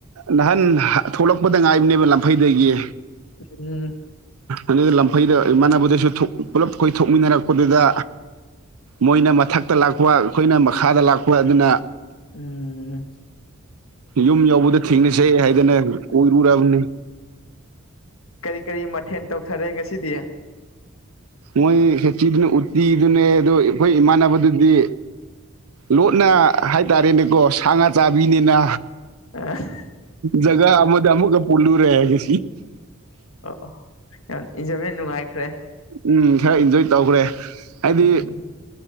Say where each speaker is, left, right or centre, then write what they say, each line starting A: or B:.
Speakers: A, on the right; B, on the left.
A: ꯅꯍꯥꯟ ꯊꯣꯛꯂꯛꯄꯗ ꯉꯥꯏꯕꯅꯦꯕ ꯂꯝꯐꯩꯗꯒꯤ
B: ꯎꯝ
A: ꯑꯗꯨ ꯂꯝꯐꯩꯗ ꯏꯃꯥꯟꯅꯕꯗꯁꯨ ꯄꯨꯂꯞ ꯑꯩꯈꯣꯏ ꯊꯣꯛꯃꯤꯟꯅꯔꯛꯄꯗꯨꯗ ꯃꯣꯏꯅ ꯃꯊꯛꯇ ꯂꯥꯛꯄ ꯑꯩꯈꯣꯏꯅ ꯃꯈꯥꯗ ꯂꯥꯛꯄ ꯑꯗꯨꯅ
B: ꯎꯝ ꯎꯝ
A: ꯌꯨꯝ ꯌꯧꯕꯗ ꯊꯦꯡꯅꯁꯦ ꯍꯥꯏꯗꯅ ꯀꯣꯏꯔꯨꯔꯕꯅꯤ
B: ꯀꯔꯤ ꯀꯔꯤ ꯃꯊꯦꯜ ꯇꯧꯊꯔꯦ ꯉꯁꯤꯗꯤ
A: ꯃꯣꯏ ꯁꯦꯆꯤꯗꯨꯅ ꯎꯠꯇꯤꯗꯨꯅꯦ ꯑꯗꯨꯗꯣ ꯑꯩꯈꯣꯏ ꯏꯃꯥꯟꯅꯕꯗꯨꯗꯤ ꯂꯣꯠꯅ ꯍꯥꯏꯇꯥꯔꯦꯅꯦꯀꯣ ꯁꯥ ꯉꯥ ꯆꯥꯕꯤꯅꯤꯅ
B: <unintelligible>
A: ꯖꯒꯥ ꯑꯃꯗ ꯑꯃꯒ ꯄꯣꯜꯂꯨꯔꯦ <unintelligible>
B: ꯑ ꯌꯥꯝ ꯏꯖꯕ ꯅꯨꯡꯉꯥꯏꯈ꯭ꯔꯦ
A: ꯎꯝ ꯈꯔ ꯏꯟꯖꯣꯏ ꯇꯧꯈ꯭ꯔꯦ ꯍꯥꯏꯗꯤ
B: ꯎꯝ